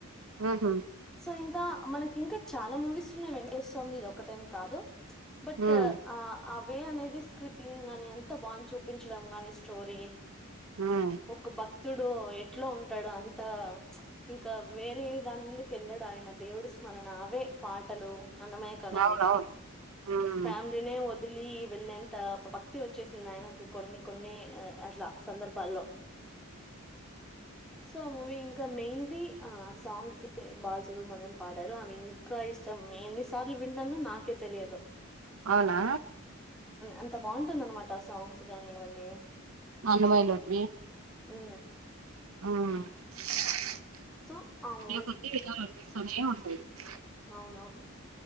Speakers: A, on the right; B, in the centre.
A: హహ
B: సో ఇంక మనకి ఇంకా చాల మూవీస్ ఉన్నాయి వెంకటేశ స్వామి ఇది ఒకటేని కాదు బట్
A: ఉమ్
B: ఆ అవే అనేది స్క్రీని గాని అంత బంధి చూపించడం గాని స్టోరీ
A: ఉమ్
B: ఒక బ క్తుడు ఎట్ల ఉంటాడు అంత ఇంకా వేరే దాని మింద కేళ్ళడు ఆయన దేవుడు స్మరణ అవే పాటలు అన్నమ <unintelligible> కవే
A: అవునవును
B: అంత
A: ఉమ్
B: ఫ్యా ఫ్యాలినే వదిలి వెళ్ళంత భక్తి వచ్చేసింది ఆయనకి కొన్ని కొన్ని అట్లా సందర్భాల్లో సో ఆ మూవీ ఇంక మెయిన్లీ ఆ సాంగ్స్ బాలసుుబ్రహ్మణ్యం పాడారు అవి ఇంక ఇష్టం ఎన్నిసార్లు విన్నాను నాకే తెలియదు
A: అవునా
B: అంత బాగుంటుంది అనమాట సాంగ్స్ కానీ ఇవన్నీ
A: అన్నమయలోటివి
B: హు
A: <unintelligible>
B: సో, ఆ మూవీస్ అవునవును